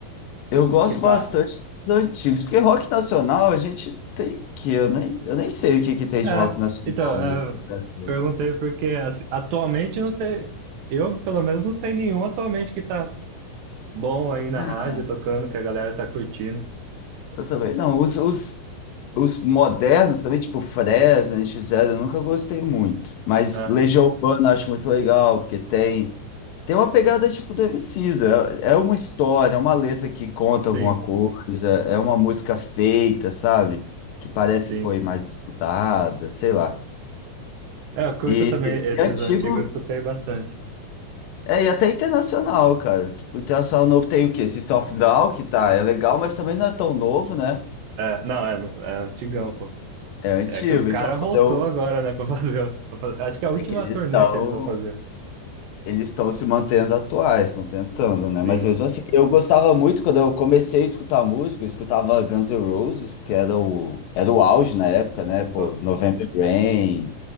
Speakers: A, on the left; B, on the right.
A: eu gosto
B: que tá
A: bastante dos antigos, porque rock nacional a gente tem que eu nem, eu nem sei o que que tem de
B: É,
A: rock nacional
B: então,
A: muito no
B: é,
A: Brasil.
B: perguntei porque assim, atualmente não tem. Eu, pelo menos, não sei nenhum atualmente que tá bom aí na
A: Ah,
B: rádio, tocando, que a galera tá curtindo.
A: Eu também não. Os, os Os modernos também, tipo Fresno, NX Zero, eu nunca gostei muito. Mas
B: É,
A: Legião Urbana eu acho muito legal, porque tem tem uma pegada tipo do Emicida. É é uma história, é uma letra que conta
B: sim,
A: alguma coisa, é uma música feita, sabe? Que parece
B: sim.
A: que foi mais estudada, sei lá.
B: É, eu curto
A: E,
B: também
A: e-
B: esses
A: e antigo,
B: antigos, eu escutei bastante.
A: é, e até internacional, cara. Tipo, internacional novo tem o quê? System of a Down, que tá, é legal, mas também não é tão novo, né?
B: É, não, é, no- é antigão, pô.
A: É antigo.
B: É que os caras
A: Então, quando
B: voltou
A: eu.
B: agora, né, pra fazer, o- pra fazer- Acho que é a última
A: É que eles
B: turnê
A: estão.
B: que eles vão fazer.
A: Eles estão se mantendo atuais, estão tentando, né? Mas
B: Sim,
A: mesmo assim, eu gostava muito quando eu comecei a escutar música, eu escutava Guns N' Roses, que era o, era o auge na época, né? Pô,
B: pô,
A: November Rain,